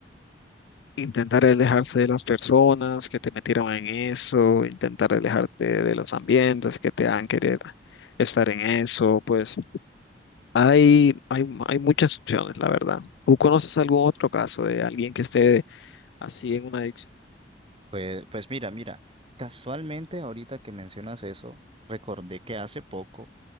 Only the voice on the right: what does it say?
Pues, pues mira, mira, casualmente ahorita que mencionas eso, recordé que hace poco